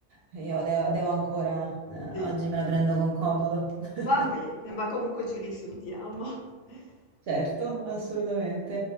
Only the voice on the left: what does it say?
Sì.
Va bene, ma comunque ci risentiamo. <laughs>